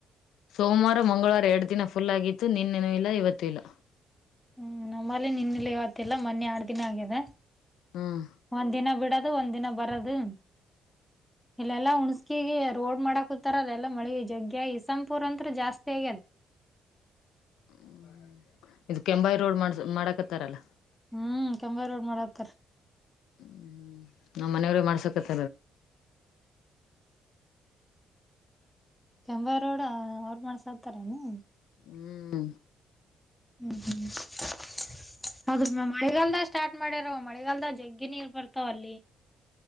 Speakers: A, on the left (about 80°); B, in the centre.
A: ಸೋಮವಾರ ಮಂಗಳವಾರ ಎರಡು ದಿನ ಫುಲ್ ಆಗಿತ್ತು ನಿನ್ನೇನ ಇಲ್ಲ ಇವತ್ತು ಇಲ್ಲ
B: ಹ್ಮ್ ನಮ್ಮಲ್ಲಿ ನಿನ್ನಲಿವತಿಲ್ಲ ಮೊನ್ನೆ ಆರ್ ದಿನ ಆಗಿದೆ
A: ಹ್ಮ್
B: ಒಂದ್ ದಿನ ಬಿಡ ಅದು ಒಂದ್ಿನ ಬರದು ಇಲ್ಲೆಲ್ಲಾ ಹುಣ್ಸ್ಕಿಗೆ ರೋಡ್ ಮಾಡಕ ಹತಾರ ಅಲ್ಲಲ್ಲಾ ಮಳ ಜಗ್ಗೆ ಸಂಪೂರ್ ಅಂ ಜಾಸ್ತಿ ಆಗ್ಯದ್
A: ಹ್ಮ ಇದು ಕೆಂಬಾಯಿ ರೋಡ್ ಮಾಡಸ ಮಾಡಕತ್ತಾರಲ್ಲ
B: ಹ್ಮ್ ಕೆಂಬಾವಿ ರೋಡ್ ಮಾಡತ್ತಾರ
A: ಹ್ಮ ನಮ್ಮ್ ಮನೆಯವ್ರೇ ಮಾಡ್ಸಕ್ ಕಥ
B: ಕಂಬ ರೋಡ ಅವ್ರ ಮಾಡ್ಸತಾರ ಏನ.
A: ಹ್ಮ್
B: ಹ್ಮ ಹ್ಮ ಹೌದು ಮ ಮಾಡಳಗಲ್ ಸ್ಟಾರ್ಟ್ ಮಾಡಿಾರ ಮಳೆಗಾಲದ ಜಗ್ಗಿ ನೀರ್ ಬರ್ತಾವ ಅಲ್ಲಿ